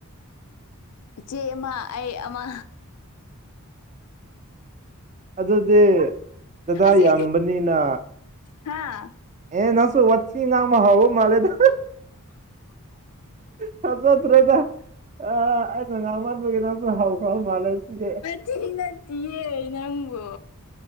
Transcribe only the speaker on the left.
ꯏꯆꯦ ꯑꯃꯥ ꯑꯩ ꯑꯃꯥ
ꯑꯁꯤ
ꯍꯥꯥ
ꯁꯤ ꯅꯠꯇꯤꯌꯦ ꯅꯪꯕꯨ